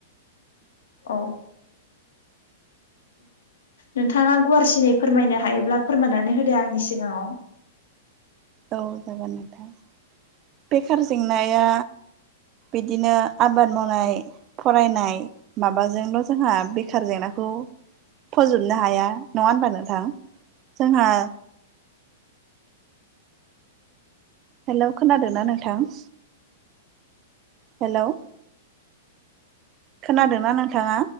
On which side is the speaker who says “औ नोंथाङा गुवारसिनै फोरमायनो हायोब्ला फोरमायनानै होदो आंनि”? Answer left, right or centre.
Left